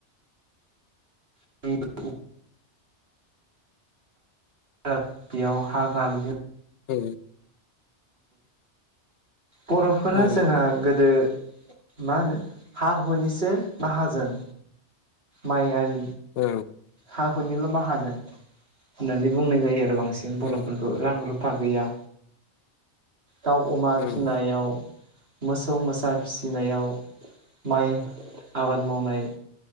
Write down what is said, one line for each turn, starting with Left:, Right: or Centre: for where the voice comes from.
Right: <inaudible> बेयाव हा गाग्लि
Left: औ
Right: बर'फोरा
Left: औ
Right: जोंहा गोदो मा होनो हा हुनिसो माहाजोन माइ आरि
Left: औ
Right: हा हुनिल' माहाजोन। होननानै बुंनाय जायो आरो बांसिन
Left: औ
Right: बर'फोरखौ रां रुफा गैया दाउ अमा
Left: औ
Right: फिनायाव मोसौ मोसा फिसिनायाव माइ आबाद मावनाय